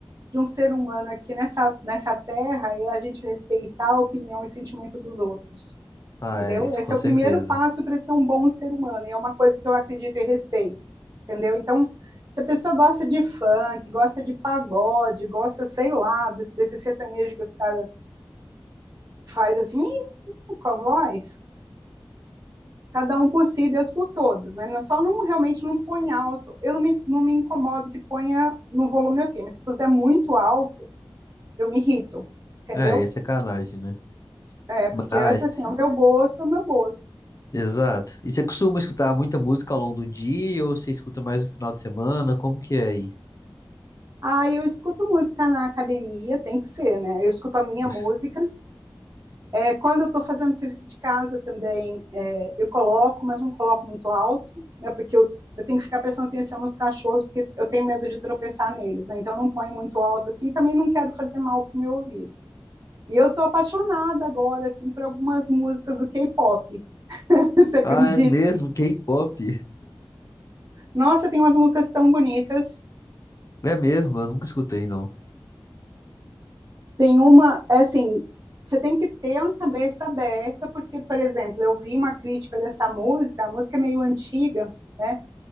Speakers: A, on the right; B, on the left.
A: de um ser humano aqui nessa, nessa terra é a gente respeitar a opinião e sentimento dos outros,
B: Ah,
A: entendeu?
B: é, isso
A: Esse
B: com
A: é
B: certeza.
A: o primeiro passo para ser um bom ser humano, e é uma coisa que eu acredito e respeito, entendeu? Então, se a pessoa gosta de funk, gosta de pagode, gosta, sei lá, dos- desse sertanejo que os caras fazem assim, com a voz, cada um por si, Deus por todos, né? Não- é Só não realmente não põe alto. Eu não me, não me incomodo que ponha no volume ok, mas se puser muito alto, eu me irrito, entendeu?
B: É, é sacanagem, né?
A: É, porque
B: Mas,
A: eu acho assim, é o meu gosto, é o meu gosto.
B: exato. E você costuma escutar muita música ao longo do dia ou você escuta mais no final de semana? Como que é aí?
A: Ah, eu escuto música na academia, tem que ser, né? Eu escuto a minha
B: <laughs>
A: música. É, quando eu estou fazendo serviço de casa também, é, eu coloco, mas não coloco muito alto, né? Porque eu, eu tenho que ficar prestando atenção nos cachorros, porque eu tenho medo de tropeçar neles, né? Então eu não ponho muito alto assim, e também não quero fazer mal pro meu ouvido. E eu tô apaixonada agora, assim, por algumas músicas do K-pop. <laughs> Você acredita?
B: Ah, é mesmo, K-pop.
A: Nossa, tem umas músicas tão bonitas.
B: É mesmo, eu nunca escutei, não.
A: Tem uma, é assim, você tem que ter uma cabeça aberta, porque, por exemplo, eu vi uma crítica dessa música, a música é meio antiga, né?